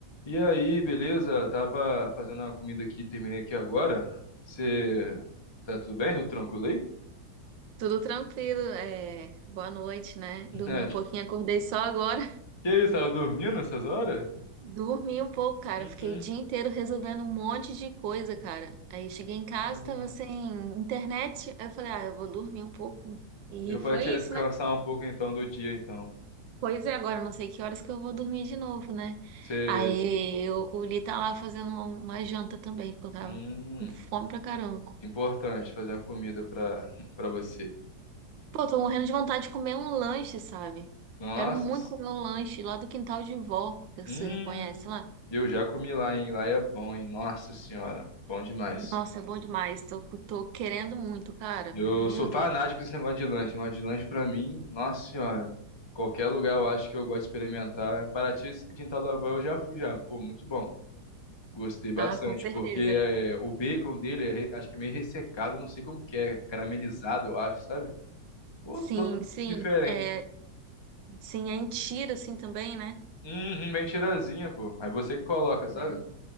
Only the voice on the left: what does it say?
E aí, beleza? Tava fazendo a comida aqui, terminei aqui agora. Você tá tudo bem? Tudo tranquilo aí?
<laughs>
É,
Que isso, tava dormindo essas horas?
Hum,
Ah,
deu pra
te
descansar
um pouco então do dia, então.
Você,
hum,
importante fazer a comida pra <laughs> para você.
Nossa,
hum,
eu já comi lá, hein? Lá é bom, hein? Nossa senhora, bom demais.
Eu
sou fanático
desse negócio de lanche. Negócio de lanche pra mim, nossa senhora. Qualquer lugar eu acho que eu gosto de experimentar. Em Paraty, esse do Quintal da Avó eu já fui já. Pô, muito bom. Gostei bastante,
porque é, o bacon dele é re- acho que meio ressecado, não sei como que é, caramelizado, eu acho, sabe? Pô,
totalmente
diferente.
Uhum, bem tirazinha, pô. Aí você que coloca, sabe?